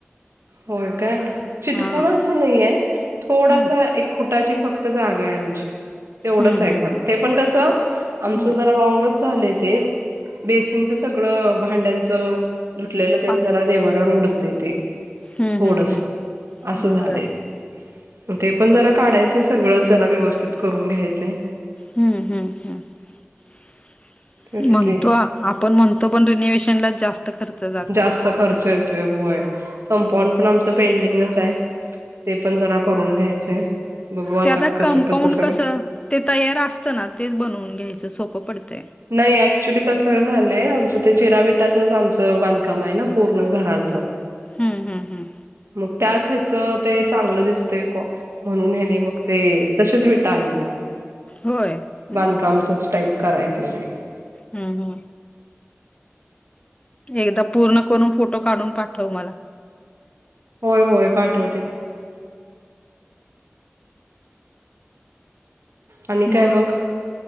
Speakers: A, on the right; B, on the left.
A: होय काय चिटकुण
B: हां
A: असं नाही आहे थोडासा.
B: हम्म
A: एक फुटाची फक्त जागा आहे आमची. तेवढंच
B: हम्म
A: आहे
B: हम्म
A: खर
B: हम्म
A: ते पण कसं आमचं
B: हम्म
A: जरा रॉंगच झालंय ते. बेसिनचं सगळं भांड्यांचं धुतलेलं तेन
B: पा
A: जरा देवाऱ्यावर उडतंय ते.
B: हम्म
A: थोडंसं
B: हम्म हम्म
A: असं
B: हम्म.
A: झालंय
B: बरं
A: ते. ते पण जरा काढायचंय सगळंच जरा व्यवस्थित करून घ्यायचं.
B: हम्म हम्म हम्म
A: तेच
B: म्हणतो
A: की
B: आप आपण म्हणतो पण रिन्यूवेशनलाच जास्त खर्च जातय
A: जास्त खर्च येतोय होय. कंपाऊंड
B: मग
A: पण आमचं पेंडिंगच आहे ते पण जरा करून घ्यायचंय. बघू
B: ते आता
A: कसं
B: कंपाऊंड
A: कसं सगळं
B: कस ते तयार असतं ना तेच बनवून घ्यायचं सोपं पडतंय.
A: नाही ऍक्च्युली कसं झालंय आमचं ते चिरा विटाचंच आमच चं बांधकाम आहे ना पूर्ण घराचं
B: हम्म हम्म हम्म
A: मग त्याच हेच त ते चांगलं दिसतंय कॉ म्हणून हेंनी मग ते तसेच विटा आणलेत.
B: होय
A: बांधकामचच
B: मग
A: टाईप करायचं हाय तेे
B: हम्म हूं एकदा पूर्ण करून फोटो काढून पाठव मला.
A: होय होय पाठवते. आणि
B: म
A: काय मग?